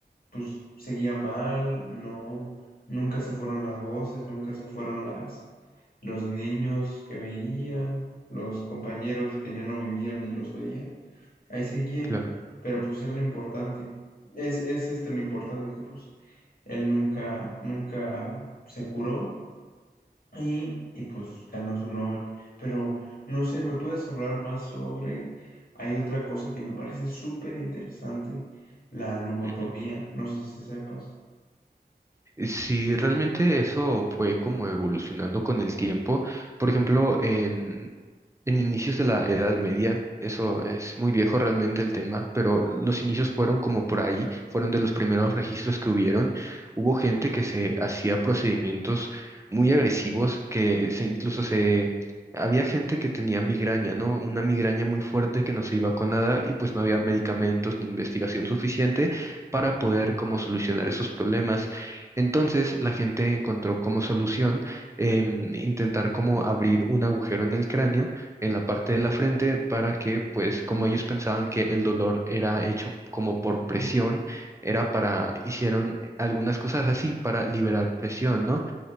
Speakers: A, on the left; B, on the right.
A: pues seguía mal, no, nunca se fueron las voces, nunca se fueron las, los niños que veía, los compañeros que ya no vivían y los veía. Ahí seguían,
B: claro.
A: pero pues es lo importante. Es, es este lo importante que pues él nunca, nunca se curó y, y, pues ganó su Nobel. Pero no sé, ¿me puedes hablar más sobre... Hay otra cosa que me parece súper interesante, la lobotomía.
B: ujú.
A: No sé si sepas.
B: Sí, realmente eso fue como evolucionando con el tiempo. Por ejemplo, en, en inicios de la Edad Media, eso es muy viejo realmente el tema, pero los inicios fueron como por ahí, fueron de los primeros registros que hubieron. Hubo gente que se hacía procedimientos muy agresivos, que se incluso se... Había gente que tenía migraña, ¿no? Una migraña muy fuerte que no se iba con nada y pues no había medicamentos ni investigación suficiente para poder como solucionar esos problemas. Entonces la gente encontró como solución em, intentar como abrir un agujero en el cráneo, en la parte de la frente, para que pues como ellos pensaban que el dolor era hecho como por presión,
A: Oh,
B: era para, hicieron algunas cosas así para liberar presión, ¿no?